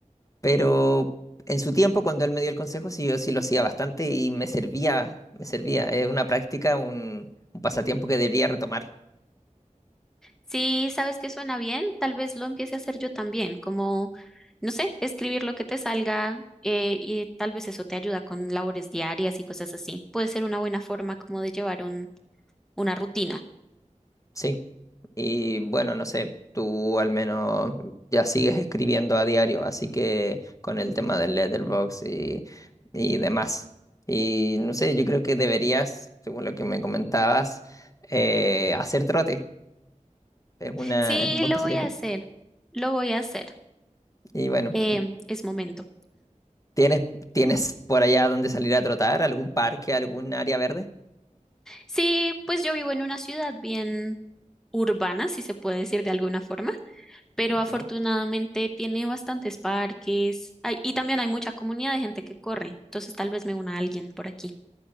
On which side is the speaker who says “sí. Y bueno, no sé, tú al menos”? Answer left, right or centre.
Left